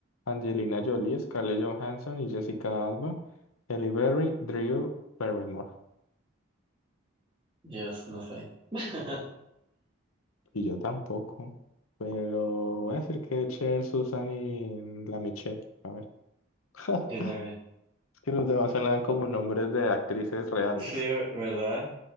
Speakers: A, on the left (about 85°); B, on the right (about 25°).
A: Angelina Jolie, Scarlett Johansson y Jessica Alba, Halle Berry, Drew Barrymore.
B: Dios, no sé. <laughs>
A: Y yo tampoco, pero voy a decir que Cher, Susan y la Michelle. A ver, <laughs>
B: Yo también.
A: es que los demás sonaban como nombres de actrices reales.
B: Sí, ¿verdad?